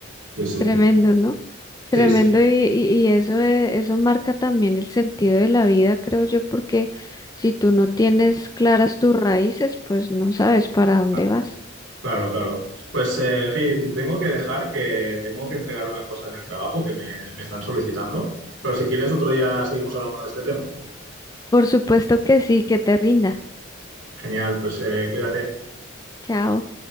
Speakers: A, on the right (about 75°); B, on the left (about 20°).
A: Sí, sí.
B: Tremendo, ¿no? Tremendo
A: Sí, sí.
B: y, y, y eso, eh, eso marca también el sentido de la vida, creo yo, porque si tú no tienes claras tus raíces, pues no sabes para dónde
A: Claro,
B: vas.
A: claro. claro. Pues, eh, Heidi, te tengo que dejar, que tengo que entregar una cosa en el trabajo que me, me están solicitando, pero si quieres otro día seguimos hablando de este tema.
B: Por supuesto que sí, que te rinda.
A: Genial, pues eh, cuídate.
B: Chao.